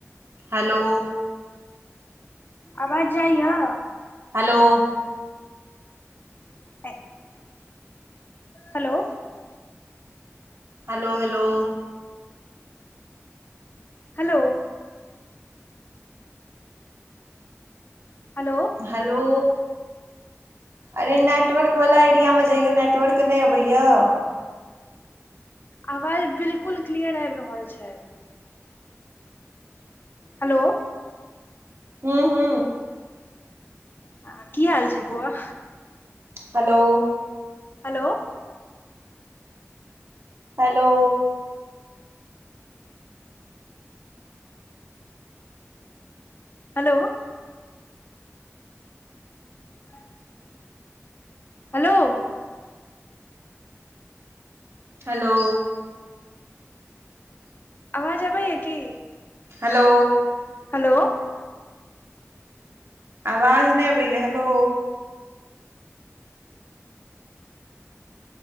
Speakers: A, on the right; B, on the left.
A: hello
B: आवाज जाइयाए
A: hello
B: <unintelligible> hello
A: hello hello
B: hello hello
A: hello अरे नेटवर्क वाला एरियामे जइयो नेटवर्क नहि अबैया
B: आवाज बिल्कुल क्लियर आबि रहल छै हलो
A: हू हू
B: आ की हाल छै ब‌उआ
A: hello
B: hello
A: hello
B: hello <unintelligible> hello
A: hello
B: आवाज अबैय की
A: हलो
B: हलो
A: आवाज नहि अबैय hello